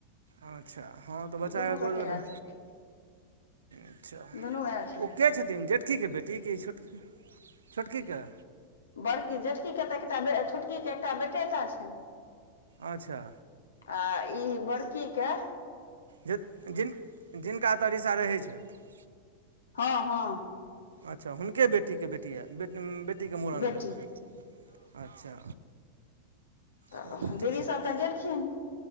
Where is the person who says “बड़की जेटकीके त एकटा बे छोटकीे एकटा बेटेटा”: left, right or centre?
Left